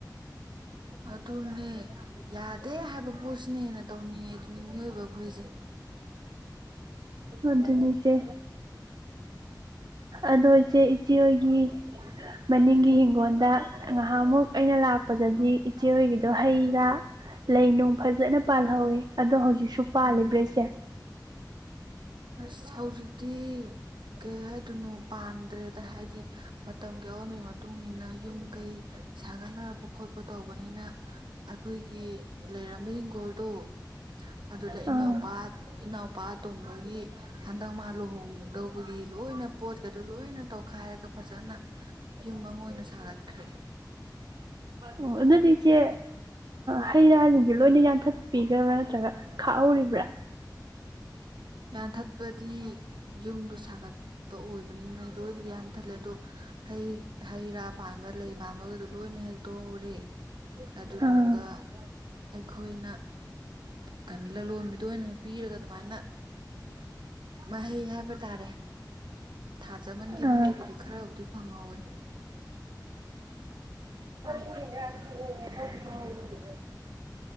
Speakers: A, on the right; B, on the right.
A: ꯑꯗꯨꯅꯦ ꯌꯥꯗꯦ ꯍꯥꯏꯕ ꯄꯣꯠꯁꯤꯅ ꯍꯦꯟꯅ ꯇꯧꯅꯤꯡꯉꯦ ꯑꯗꯨꯅꯤ ꯃꯤꯑꯣꯏꯕ ꯑꯩꯈꯣꯏꯁꯦ
B: ꯑꯗꯨꯅꯤ ꯏꯆꯦ ꯑꯗꯣ ꯏꯆꯦ ꯏꯆꯦ ꯍꯣꯏꯒꯤ ꯃꯅꯤꯡꯒꯤ ꯍꯤꯡ ꯒꯣꯟꯗ ꯉꯥꯍꯥꯛꯃꯨꯛ ꯑꯩꯅ ꯂꯥꯛꯄꯗꯗꯤ ꯏꯆꯦ ꯍꯣꯏꯒꯤꯗꯣ ꯍꯩꯔꯥ ꯂꯩ ꯅꯨꯡ ꯐꯖꯅ ꯄꯥꯜꯍꯧꯋꯤ ꯑꯗꯣ ꯍꯧꯖꯤꯛꯁꯨ ꯄꯥꯜꯂꯤꯕꯔ
A: ꯎꯝ
B: ꯏꯆꯦ
A: ꯑꯁ ꯍꯧꯖꯤꯛꯇꯤ ꯀꯩ ꯍꯥꯏꯗꯨꯣꯏꯅꯣ ꯄꯥꯟꯗ꯭ꯔꯦꯗ ꯍꯥꯏꯗꯤ ꯃꯇꯝꯒꯤ ꯑꯑꯣꯟꯕꯒꯤ ꯃꯇꯨꯡ ꯃꯇꯨꯡꯏꯟꯅ ꯌꯨꯝ ꯀꯩ ꯁꯥꯒꯠꯅꯔꯕ ꯈꯣꯠꯄ ꯇꯧꯕꯅꯤꯅ ꯑꯩꯈꯣꯏꯒꯤ ꯂꯩꯔꯝꯕ ꯍꯤꯡꯒꯣꯜꯗꯣ ꯑꯗꯨꯗ
B: ꯑꯥ
A: ꯏꯅꯥꯎꯄꯥ ꯏꯅꯥꯎꯄꯥꯇꯣꯝꯕꯒꯤ꯫ ꯍꯟꯗꯛ ꯃꯥ ꯂꯨꯍꯣꯡꯗꯧꯕꯒꯤ ꯂꯣꯏꯅ ꯄꯣꯠꯀꯗꯣ ꯂꯣꯏꯅ ꯇꯧꯈꯥꯏꯔꯒ ꯐꯖꯅ ꯌꯨꯝ ꯑꯃ ꯑꯣꯏꯅ ꯁꯥꯒꯠꯈ꯭ꯔꯦ꯫
B: ꯑꯣ ꯑꯗꯨꯗꯤ ꯏꯆꯦ ꯍꯩ ꯔꯥꯁꯤꯡꯁꯦ ꯂꯣꯏꯅ ꯌꯥꯟꯊꯠ ꯄꯤꯈ꯭ꯔꯕ꯭ꯔꯥ ꯅꯠꯇ꯭ꯔꯒ ꯈꯥꯛꯍꯧꯔꯤꯕ꯭ꯔꯥ
A: ꯌꯥꯟꯊꯠꯄꯗꯤ ꯌꯨꯝꯗ ꯁꯥꯒꯠ ꯑꯣꯏꯕꯅꯤꯅ ꯑꯩ ꯂꯣꯏꯅꯗꯤ ꯍꯟꯊꯠꯂꯦ ꯑꯗꯣ ꯍꯩ ꯍꯩ ꯔꯥ ꯄꯥꯟꯕ ꯂꯩ ꯄꯥꯟꯕꯒꯗꯣ ꯂꯣꯏꯅ ꯍꯦꯛꯇꯣꯛꯍꯧꯔꯦ ꯑꯗꯨꯗꯨꯒ
B: ꯑꯥ
A: ꯑꯩꯈꯣꯏꯅ ꯀꯩꯅꯣ ꯂꯂꯣꯟꯕꯤꯗ ꯑꯣꯏꯅ ꯄꯤꯔꯒ ꯑꯗꯨꯃꯥꯏꯅ ꯃꯍꯩ ꯍꯥꯏꯕ ꯇꯥꯔꯦ ꯊꯥꯖꯃꯟꯒꯤ
B: ꯑꯥ
A: ꯃꯍꯩꯕꯨꯗꯤ ꯈꯔꯕꯨꯗꯤ ꯐꯪꯍꯧꯋꯦ꯫
B: <inaudible> <unintelligible>